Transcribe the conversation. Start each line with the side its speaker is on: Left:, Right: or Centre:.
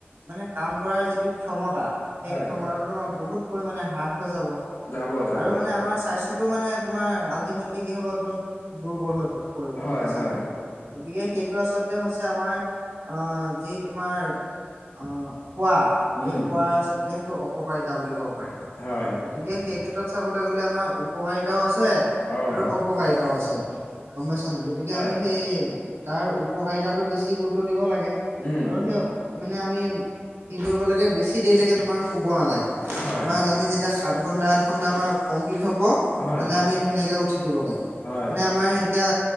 Right: মানে কাম কৰাৰ যিটো ক্ষমতা সেই
Left: হয়,
Right: ক্ষমতাটো তোমাৰ বহুত পৰিমাণে হ্ৰাস হৈ যাব।
Left: যাব যাব
Right: আৰু মানে আমাৰ স্বাস্থ মানে তোমাৰ আল্টিমেটলি কি হব একদম দুৰ্বল হৈ পৰিব
Left: হয়,
Right: গম পাইছা
Left: হয়,
Right: নাই। গতিকে সেইটো আচলতে হৈছে আমাৰ অ, যি তোমাৰ অ, শোৱা সেই
Left: উম,
Right: শোৱাৰ আচলতে সেইটো অপকাৰিতা বুলি ক'ব পাৰি।
Left: হয়,
Right: গতিকে সেই ক্ষেত্ৰত চাবলৈ গ'লে আমাৰ উপকাৰিতাও আছে।
Left: অ',
Right: আৰু অপকাৰিতাও আছে গম পাইছা নাই গতিকে
Left: হয়,
Right: আমি সেই তাৰ উপকাৰিতাটো বেছি গুৰুত্ব দিব লাগে
Left: উম,
Right: আৰু সেই মানে আমি কি কৰিব লাগে বেছি সি দেৰিলৈকে তোমাৰ শুব নালাগে।
Left: হয়,
Right: তোমাৰ আমি যেতিয়া সাত ঘণ্টা, আঠ ঘণ্টামান আমাৰ কমপ্লিট হ'ব।
Left: হয়,
Right: নহ'লে আমি ধুনীয়াকে উঠি দিব লাগে
Left: হয়,
Right: মানে আমাৰ এতিয়া